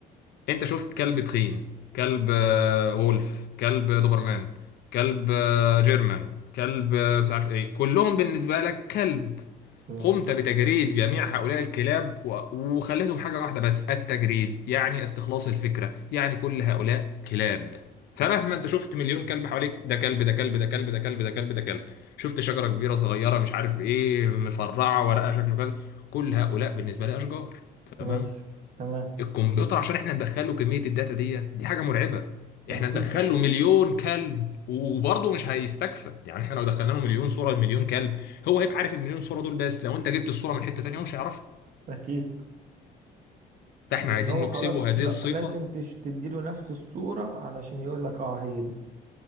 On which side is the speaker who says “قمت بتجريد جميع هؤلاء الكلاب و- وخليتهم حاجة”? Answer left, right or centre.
Left